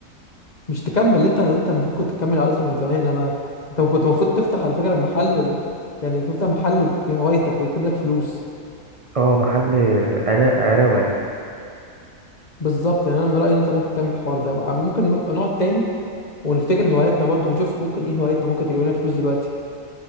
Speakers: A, on the left; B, on the right.
A: مش تكمل انت انت المفروض كنت تكمل على اصلا من زمان انا انت كنت المفروض تفتح على فكره محل ال... يعني تفتح محل بهوايتك ويجيب لك فلوس
B: اه محل علا- عراوة يعني
A: بالظبط يعني انا من رايي ان انت ممكن تعمل الحوار ده ممكن نبقى نقعد تاني ونفتكر هواياتنا برضو ونشوف ممكن ايه هواياتنا ممكن تجيب لنا فلوس دلوقتي